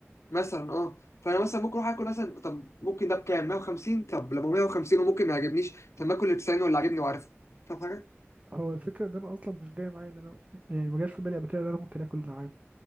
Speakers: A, on the left; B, on the right.
A: مثلا اه فانا مثلا ممكن اروح اكل مثلا طب ممكن ده بكام 150 طب لما 150 وممكن ما يعجبنيش طب ما اكل اللي ب 90 واللي عاجبني وعارفه فاهم حاجه
B: هو الفكرة إن أنا أصلا مش جاي معايا إن أنا يعني ما جاش في بالي قبل كده إن أنا ممكن آكل نعام